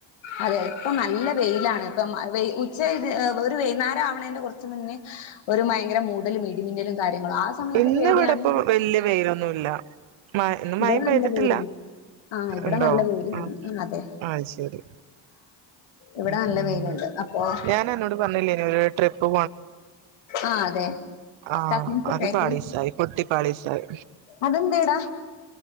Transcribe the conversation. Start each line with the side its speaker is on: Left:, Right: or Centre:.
Left: അതെ ഇപ്പ നല്ല വെയിലാണ് ഇപ്പം ആഹ് വെയ് ഉച്ച ഇ ഒരു വൈന്നേരം ആവണേന്റെ കൊറച്ച് മുന്നേ ഒരു ഭയങ്കര മൂടലും ഇടിമിന്നലും കാര്യങ്ങളും ആ സമയത്തും
Right: ഇന്നിവിടിപ്പം
Left: പേടിയാണ്
Right: വല്ല്യ വെയിലൊന്നുല്ല മ ഇന്ന് മഴയും
Left: ഇവിടെ
Right: പെയ്തട്ടില്ല
Left: നല്ല വെയിലാണ് ആഹ് ഇവിടെ
Right: ഇണ്ടോ
Left: നല്ല വെയിലാണ്
Right: ആഹ്
Left: അതെ
Right: അത്‌ ശരി
Left: ഇവിടെ
Right: ഉം
Left: നല്ല
Right: ഉം.
Left: വെയിലുണ്ട് അപ്പൊ <inaudible>
Right: ഞാൻ അന്നോട് പറഞ്ഞില്ലേനോ ഒരു ട്രിപ്പ്
Left: ആഹ് അതെ
Right: ആഹ്
Left: കസിൻസ് ഒക്കെ
Right: അത്
Left: ആയിട്ട്
Right: പാളീസായി പൊട്ടി പാളീസായി
Left: അതെന്തേടാ